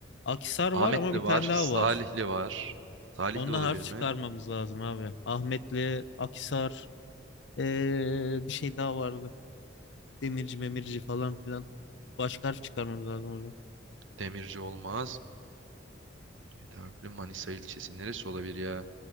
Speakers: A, on the left; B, on the right.
A: Akhisar var
B: Ahmetli
A: ama bir tane
B: var.
A: daha
B: Salihli
A: var.
B: var. Salihli
A: Onunla
B: olabilir
A: harf çıkarmamız
B: mi?
A: lazım abi. Ahmetli, Akhisar, ee, bir şey daha vardı. Demirci, Memirci falan filan. Başka harf çıkarmamız lazım oradan.
B: Demirci olmaz. 7 harfli Manisa ilçesi neresi olabilir ya?